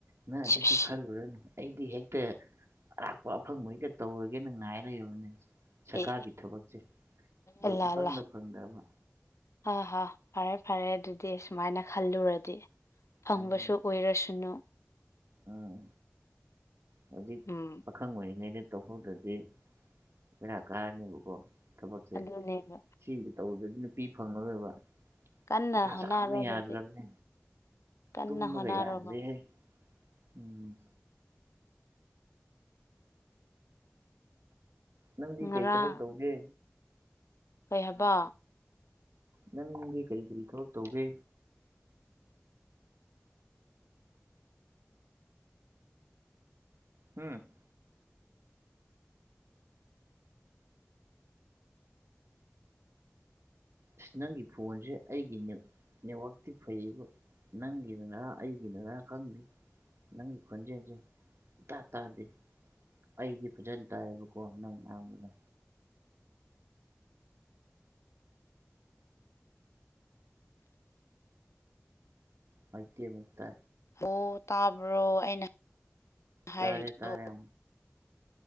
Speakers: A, on the right; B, on the left.
A: ꯅ ꯑꯗꯨꯗꯤ
B: ꯁꯤꯁ
A: ꯈꯜꯂꯨ ꯔꯅꯨ ꯑꯩꯗꯤ ꯍꯦꯛꯇ ꯑꯔꯥꯛꯄ ꯑꯐꯪꯕ ꯍꯦꯛꯇ ꯇꯧꯔꯒꯦꯅ ꯉꯥꯏ ꯂꯩꯔꯕꯅꯦ꯫ ꯁꯔꯀꯥꯔꯒꯤ
B: ꯑꯦ
A: ꯊꯕꯛꯁꯦ ꯑꯗꯨ
B: ꯑꯜꯂꯥ
A: ꯏꯐꯪꯗ
B: ꯑꯜꯂꯥ
A: ꯐꯪꯗꯕ꯫
B: ꯍꯥ ꯍꯥ ꯐꯔꯦ ꯐꯔꯦ ꯑꯗꯨꯗꯤ ꯁꯨꯃꯥꯏꯅ ꯈꯜꯂꯨꯔꯗꯤ ꯐꯪꯕꯁꯨ
A: ꯎꯝ
B: ꯑꯣꯏꯔꯁꯅꯨ꯫
A: ꯎꯝ ꯍꯧꯖꯤꯛ
B: ꯎꯝ
A: ꯄꯥꯈꯪ ꯑꯣꯏꯔꯤꯉꯩꯗ ꯇꯧꯍꯧꯗ꯭ꯔꯗꯤ ꯕꯦꯔꯥ ꯀꯥꯔꯅꯦꯕꯀꯣ꯫ ꯊꯕꯛꯁꯦ
B: ꯑꯗꯨꯅꯦꯕ
A: ꯁꯤꯒꯤ ꯇꯧꯕꯗꯗꯤ ꯅꯨꯄꯤ ꯐꯪꯉꯔꯣꯏꯕ꯫
B: ꯀꯟꯅ
A: ꯃꯊꯥ
B: ꯍꯣꯠꯅꯔꯣ
A: ꯁꯥꯕꯅ
B: ꯑꯗꯨꯗꯤ
A: ꯌꯥꯗ꯭ꯔꯝꯅꯦ꯫
B: ꯀꯟꯅ
A: ꯇꯨꯝꯃꯒ
B: ꯍꯣꯠꯅꯔꯣꯕ
A: ꯌꯥꯗ꯭ꯔꯦ ꯍꯦ ꯎꯝ ꯅꯪꯗꯤ
B: ꯉꯔꯥꯡ
A: ꯀꯩ ꯊꯕꯛ ꯇꯧꯒꯦ꯫
B: ꯀꯩ ꯍꯏꯕ꯫
A: ꯅꯪꯗꯤ ꯀꯔꯤ ꯀꯔꯤ ꯊꯕꯛ ꯇꯧꯒꯦ꯫ ꯍꯨꯝ꯫ ꯑꯁ ꯅꯪꯒꯤ ꯐꯣꯟꯖꯦ ꯑꯩꯒꯤ ꯅꯦꯠ ꯅꯦꯠꯋꯥꯛꯇꯤ ꯐꯩꯌꯦꯕ ꯅꯪꯒꯤꯗꯅ ꯑꯩꯒꯤꯗꯅ ꯈꯪꯗꯦ ꯅꯪꯒꯤ ꯈꯣꯟꯖꯦꯜꯁꯦ꯫ ꯏꯇꯥ ꯇꯥꯗꯦ ꯑꯩꯗꯤ ꯐꯖꯅ ꯇꯥꯏꯑꯌꯦꯕꯀꯣ ꯅꯪ ꯉꯥꯡꯕꯗ꯫ ꯃꯥꯏꯇꯦ ꯃꯨꯛꯇ꯫
B: ꯑꯣ ꯇꯥꯕ꯭ꯔꯣ ꯑꯩꯅ ꯍꯥꯏꯔꯤꯗꯣ
A: ꯇꯥꯔꯦ ꯇꯥꯔꯦ꯫